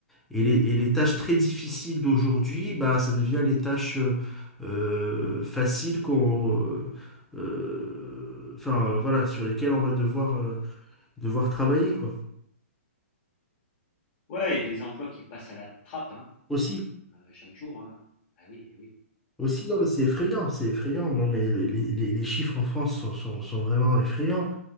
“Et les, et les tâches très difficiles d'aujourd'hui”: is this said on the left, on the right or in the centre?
Centre